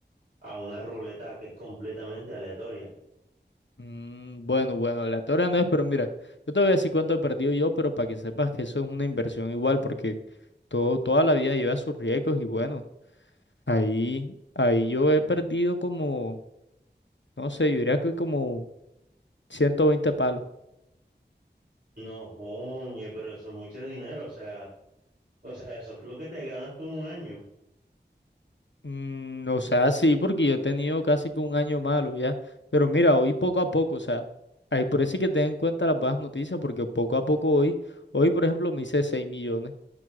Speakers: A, on the right (about 65°); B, on the left (about 80°).
A: a una ruleta que es completamente aleatoria.
B: Mm, bueno, bueno, aleatoria no es, pero mira, yo te voy a decir cuánto he perdido yo, pero para que sepas que eso es una inversión igual, porque. Todo, toda la vida lleva sus riesgos y bueno, ahí, ahí yo he perdido como, no sé, yo diría que como 120 palos.
A: No, oye, pero eso es mucho dinero, o sea, o sea, eso es lo que te ganas tú en un año.
B: Mm, o sea, sí, porque yo he tenido casi que un año malo ya. Pero mira, hoy poco a poco, o sea, ahí por eso hay que tener en cuenta las buenas noticias, porque poco a poco hoy, hoy por ejemplo me hice 6 millones,